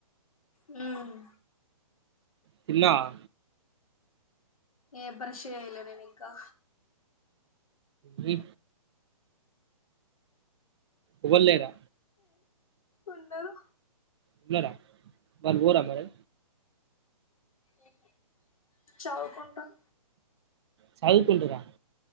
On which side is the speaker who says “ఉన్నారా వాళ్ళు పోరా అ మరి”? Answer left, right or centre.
Right